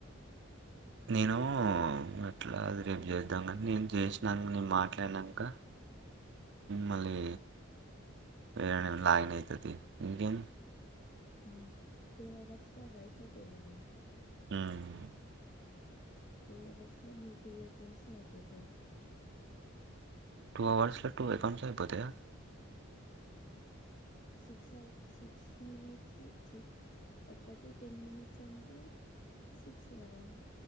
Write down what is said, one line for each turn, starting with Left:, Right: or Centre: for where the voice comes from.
Right: నేను అట్లా అది రేపు చేద్దాం కానీ నేను చేసినాక నేను మాట్లాడి నాంక మళ్ళీ వేరే లాగిన్ అవుతది ఇంకేం
Left: హుమ్ టూ అవర్స్ లో అవ్ అయిపోతాయ్ గదా
Right: హుమ్
Left: టూ అవర్స్ లో నీ టూ అకౌంట్స్ అయిపోతాయ్
Right: టూ అవర్స్లో టు అకౌంట్స్ అయిపోతాయా
Left: సిక్స్ అవ సిక్స్ మినిట్స్ చి ఒకటి టెన్ మినిట్స్ అంటే సిక్స్ కదా